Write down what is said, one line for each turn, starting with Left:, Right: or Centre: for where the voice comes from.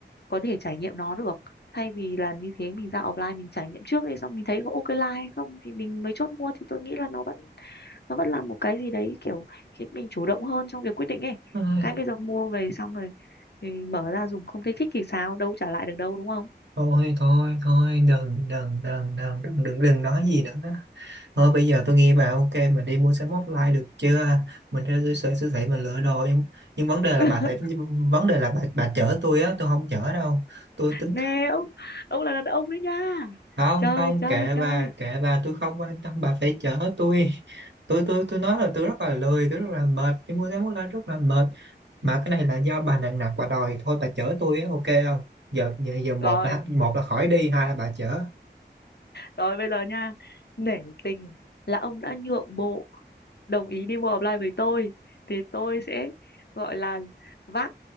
Left: có thể trải nghiệm nó được thay vì là như thế mình ra offline mình trải nghiệm trước đi xong mình thấy có ok like hay không thì mình mới chốt mua thì tôi nghĩ là nó vẫn nó vẫn là một cái gì đấy kiểu khiến mình chủ động hơn trong việc quyết định ấy
Right: Ai,
Left: cái bây giờ mua về xong rồi thì mở ra dùng không thấy thích thì sao đâu trả lại được đâu đúng không
Right: thôi thôi thôi đừng đừng đừng đừng đừng đừng đừng nói gì nữa thôi bây giờ tôi nghe bà ok mình đi mua sắm offline được chưa mình ra siêu thị siêu thị mình lựa đồ nhưng nhưng vấn đề là
Left: <laughs>
Right: bà phải nhưng vấn đề là bà bà chở tôi á tôi không chở đâu tôi tính
Left: nè ông ông là đàn ông đấy nha
Right: không
Left: chơi
Right: không
Left: chơi
Right: kệ
Left: chơi
Right: bà kệ bà tôi không quan tâm bà phải chở tôi tôi tôi tôi nói là tôi rất là lười tôi rất là mệt tôi mua cái món lá rất là mệt mà cái này là do bà nặng nặc bà đòi thôi bà chở tôi á ok không giờ giờ, giờ một
Left: rồi
Right: là một là khỏi đi hai là bà chở
Left: rồi bây giờ nha nể tình là ông đã nhượng bộ đồng ý đi mua offline với tôi thì tôi sẽ gọi là vác